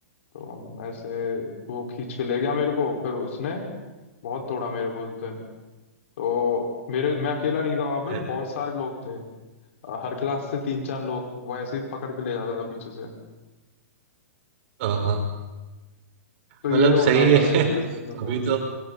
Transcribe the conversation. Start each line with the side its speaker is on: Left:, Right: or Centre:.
Left: तो हम ऐसे वो खींच के ले गया मेरे को फिर उसने बहुत तोड़ा मेरे को उस दिन तो मेरे मैं अकेला नहीं था वहां पे
Right: अ-
Left: बहुत सारे लोग थे हर क्लास से तीन चार लोग वो ऐसे ही पकड़ के ले जाता था पीछे से
Right: अ- हाँ
Left: तो ये
Right: मतलब
Left: होता
Right: सही
Left: था
Right: है <laughs>
Left: भाई मेरे स्कूल में तो
Right: अभी तो